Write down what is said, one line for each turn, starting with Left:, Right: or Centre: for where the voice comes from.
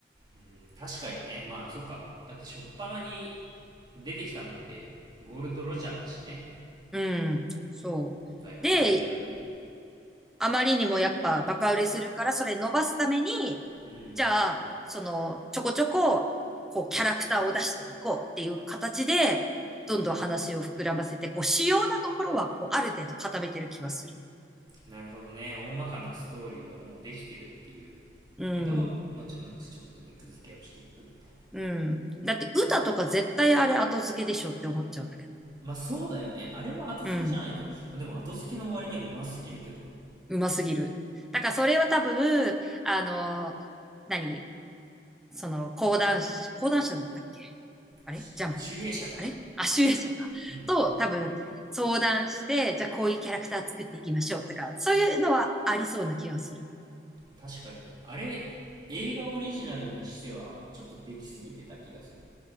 Right: ん、確かにね。まあ、そっか。だって、初っ端に出てきたのって、ゴールド・ロジャーだしね。うん
Centre: うん、そう。
Right: 財宝くれてやるの。
Centre: で、あまりにもやっぱバカ売れするから、それ伸ばすために、
Right: うん。
Centre: じゃあ、その、ちょこちょこ、こう、キャラクターを出していこうっていう形で、どんどん話を膨らませて、こう、主要なところは、こう、ある程度固めてる気はする。
Right: なるほどね。大まかなストーリーはもうできてるっていう。
Centre: うん。
Right: けど、後々ちょっと肉付けをしていくみたいな。
Centre: うん。だって、歌とか絶対あれ後付けでしょって思っちゃうんだけど。
Right: まあ、そうだよね。あれは後付けじゃないと。
Centre: うん。
Right: でも、後付けの割にはうますぎるけど、
Centre: うますぎる。だから、それは多分、あの、何その、講談師、講談社だったっけあれジャンプって。
Right: し集英社かな。
Centre: あれあ、集英社か。
Right: うん。
Centre: と、多分、相談して、じゃあこういうキャラクター作っていきましょうとか、そういうのはありそうな気がする。
Right: 確かに。あれ、映画オリジナルにしては、ちょっとできすぎてた気がする。